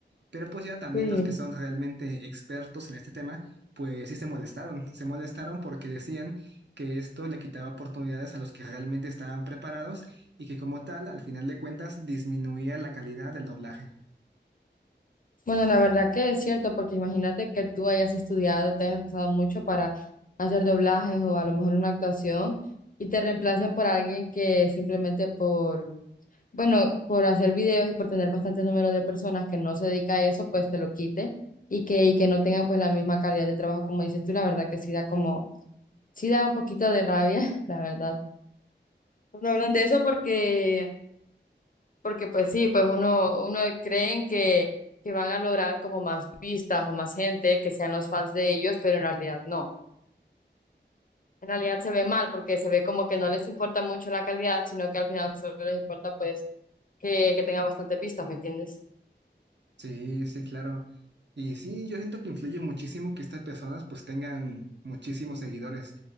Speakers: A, on the right (about 70°); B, on the left (about 45°).
A: Pero pues ya también
B: Sí.
A: los que son realmente expertos en este tema, pues sí se molestaron. Se molestaron porque decían que esto le quitaba oportunidades a los que realmente estaban preparados y que como tal, al final de cuentas, disminuía la calidad del doblaje.
B: Bueno, la verdad que es cierto, porque imagínate que tú hayas estudiado y te hayas esforzado mucho para hacer doblajes o a lo mejor una actuación y te reemplacen por alguien que simplemente por, bueno, por hacer videos y por tener bastantes números de personas que no se dedica a eso, pues te lo quite y que, y que no tenga pues la misma calidad de trabajo como dices tú, la verdad que sí da como Sí da un poquito de rabia, <laughs> la verdad. No hablan de eso porque, porque pues sí, pues uno, uno creen que, que van a lograr como más vistas o más gente, que sean los fans de ellos, pero en realidad no. En realidad se ve mal porque se ve como que no les importa mucho la calidad, sino que al final solo les importa pues que, que tengan bastantes vistas, ¿me entiendes?
A: Sí, sí, claro. Y sí, yo siento que influye muchísimo que estas personas pues tengan muchísimos seguidores.